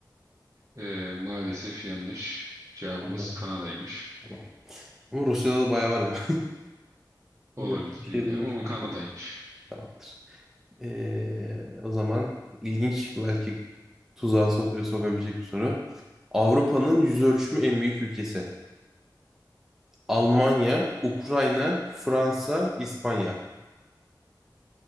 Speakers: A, on the right; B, in the centre.
A: Ee, maalesef yanlış. Cevabımız
B: Allah'ım.
A: Kanada'ymış.
B: Tamam. Ama Rusya'da da bayağı var galiba.
A: Olabilir
B: <laughs> Bir şey
A: bilmiyorum
B: duymuştum
A: ama Kanada'ymış.
B: şimdi. Tamamdır. Ee, o zaman ilginç belki tuzağa sok sokabilecek bir soru. Avrupa'nın yüz ölçümü en büyük ülkesi. Almanya, Ukrayna, Fransa, İspanya.